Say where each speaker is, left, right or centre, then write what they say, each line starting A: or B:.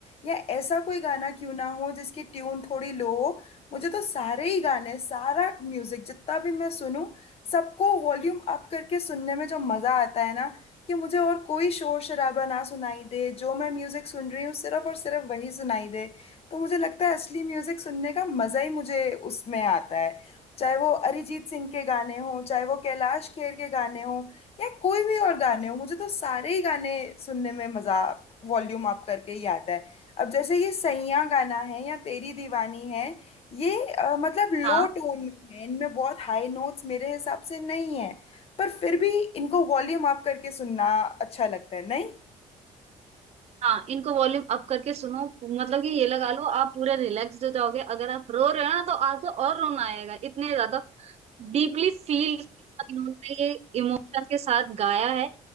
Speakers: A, on the left; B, on the right.
A: या ऐसा कोई गाना क्यों ना हो जिसकी ट्यून थोड़ी लो हो मुझे तो सारे ही गाने सारा म्यूजिक जितना भी मैं सुनूं सबको वॉल्यूम अप करके सुनने में जो मजा आता है ना कि मुझे और कोई शोर शराबा ना सुनाई दे जो मैं म्यूजिक सुन रही हूँ सिर्फ और सिर्फ वही सुनाई दे तो मुझे लगता है असली म्यूजिक सुनने का मजा ही मुझे उसमें आता है चाहे वो अरिजीत सिंह के गाने हों चाहे वो कैलाश खेर के गाने हों या कोई भी और गाने हों मुझे तो सारे ही गाने सुनने में मज़ा वॉल्यूम अप करके ही आता है अब जैसे ये सैयां गाना है या तेरी दीवानी है ये अ, मतलब
B: हाँ
A: लो टोन में है इनमें बहुत हाई नोट्स मेरे हिसाब से नहीं है पर फिर भी इनको वॉल्यूम अप करके सुनना अच्छा लगता है नहीं
B: हाँ इनको वॉल्यूम अप करके सुनो मतलब कि ये लगा लो आप पूरे रिलैक्स हो जाओगे अगर आप रो रहे हो ना तो आपको और रोना आएगा इतने ज्यादा डीपली फील के साथ इन्होंने ये इमोशन के साथ गाया है